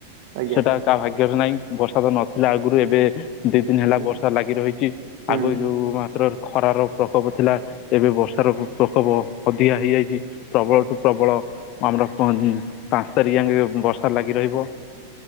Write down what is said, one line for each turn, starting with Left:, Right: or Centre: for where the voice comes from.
Right: ଆଜ୍ଞା
Left: ସେଟା କାହା ଭାଗ୍ୟରେ ନାଇଁ ବର୍ଷା ତ ନଥିଲା ଆଗରୁ ଏବେ ଦି ଦିନ ହେଲା
Right: ହୁଁ
Left: ବର୍ଷା ଲାଗି ରହିଛି
Right: ହୁଁ
Left: ଆଗ ଯୋଉ ମାତ୍ର ଖରାର ପ୍ରକୋପ ଥିଲା ଏବେ ବର୍ଷାର ପ୍ରକୋପ ଅଧିକା ହେଇଯାଇଛି ପ୍ରବଳଠୁ ପ୍ରବଳ ଆମର ପା ପାଞ୍ଚ ତାରିଖ ଯେ ବର୍ଷା ଲାଗି ରହିବ।